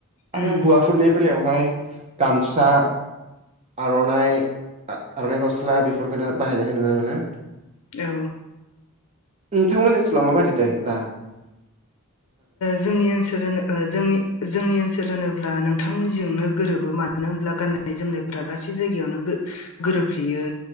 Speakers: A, on the left (about 80°); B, on the right (about 30°).
A: उम
B: आरो हवा फुरनि बेलावहाय गामसा आर'नाइ आर'नाइ गस्ला बेफोरखौनो बाहायनायखौ नुनो मोनो
A: औ
B: थांमोनानि ओसोललामाबादद ल्बा
A: जोंनि ओनसोलो ज जोंनि ओनसोल होनोब्ला नों नोंथांमोनजोंनो गोरोबो मानो होनोमब्ला गाननाय जोमनायफोरा गासै जायगायावनो गोरोबफ्लेयो